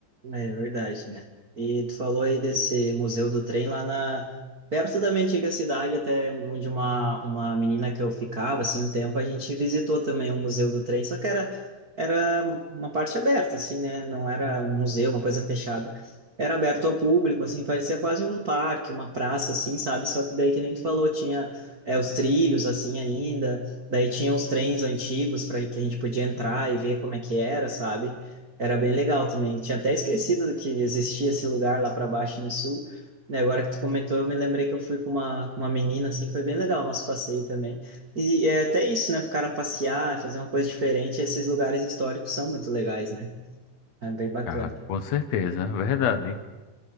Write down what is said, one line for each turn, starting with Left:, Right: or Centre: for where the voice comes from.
Right: É verdade, né? E tu falou aí desse Museu do Trem lá na perto da minha antiga cidade, até onde uma, uma menina que eu ficava, assim, um tempo, a gente visitou também o Museu do Trem, só que era, era uma parte aberta, assim, né? Não era um museu, uma coisa fechada. Era aberto ao público, assim, parecia quase um parque, uma praça, assim, sabe? Só que daí, que nem tu falou, tinha é, os trilhos, assim, ainda, daí tinha os trens antigos para que a gente podia entrar e ver como é que era, sabe? Era bem legal também. Eu tinha até esquecido que existia esse lugar lá para baixo no sul. E agora que tu comentou, eu me lembrei que eu fui com uma, com uma menina, assim, foi bem legal o nosso passeio também. E é até isso, né? Pro cara passear, fazer uma coisa diferente, esses lugares históricos são muito legais, né? É bem bacana.
Left: Ah, com certeza, verdade.